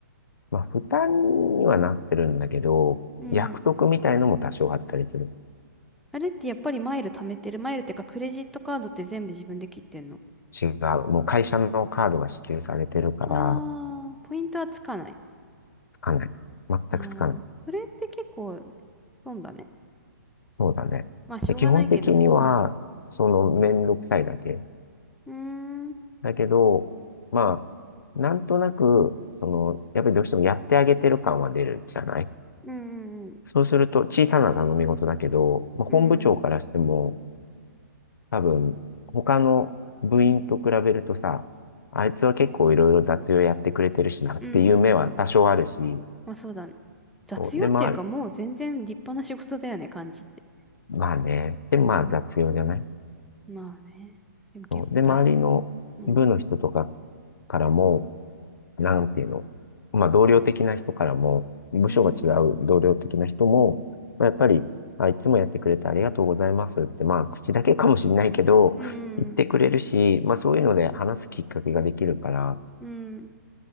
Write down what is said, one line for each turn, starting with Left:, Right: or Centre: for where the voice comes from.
Left: まあ、負担にはなってるんだけど、
Centre: うん。
Left: 役得みたいのも多少あったりする。
Centre: あれってやっぱりマイル貯めてる。マイルってかクレジットカードって全部自分で切ってんの
Left: 違う。もう会社のカードが支給されてるから、
Centre: ああ、ポイントはつかない。
Left: つかない。全くつかない。
Centre: ああ、それって結構、損だね。
Left: そうだね。
Centre: まあ、しょうがないけど。
Left: で基本的には、
Centre: うん。
Left: その、めんどくさいだけ。
Centre: うーん。
Left: だけど、まあ、なんとなく、その、やっぱりどうしてもやってあげてる感は出るじゃない
Centre: うんうんうん。
Left: そうすると、小さな頼み事だけど、まあ、
Centre: うん。
Left: 本部長からしても、多分、他の部員と比べるとさ、あいつは結構いろいろ雑用やってくれてるしなっていう目は多少あるし、
Centre: うんうんうん。まあ、そうだね。雑用っていうか、
Left: そうで、まあ、
Centre: もう全然立派な仕事だよね、感じって。
Left: まあね、で、まあ雑用じゃない
Centre: うん。まあね。でも結構大変だけど。
Left: そうで、周りの部の人とか
Centre: うん。
Left: からも、なんていうの、まあ、同僚的な人からも、部署が違う同僚的な人も、
Centre: うん。
Left: まあ、やっぱり、あ、いつもやってくれてありがとうございますって、まあ、口だけかもしれないけど、
Centre: うん。
Left: 言ってくれるし、まあ、そういうので話すきっかけができるから、
Centre: うん。